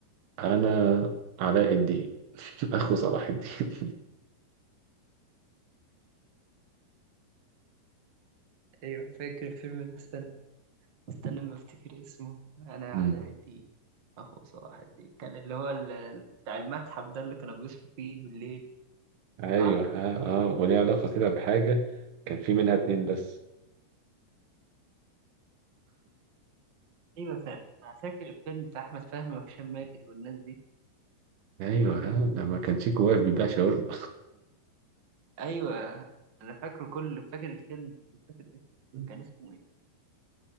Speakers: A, on the right; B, on the right.
A: انا علاء الدين <laughs> اخو صلاح الدين
B: ايوه فاكر الفيلم ده استنى استنى ما افتكر اسمه انا
A: <laughs> مم.
B: علاء الدين اخو صلاح الدين كان اللي هو ال- ال- بتاع المتحف ده اللي كانوا بيصحوا فيه بالليل
A: ايوه
B: صح
A: ها اه وليه علاقة كده بحاجة كان في منها اتنين بس
B: ايوه فاهم انا فاكر الفيلم بتاع احمد فهمي وهشام ماجد والناس دي
A: ايوه ها لما كان شيكو واقف بيبيع شاورما
B: ايوه انا فاكره كله فاكر الفيلم مش فاكر اسمه
A: <laughs>
B: كان اسمه ايه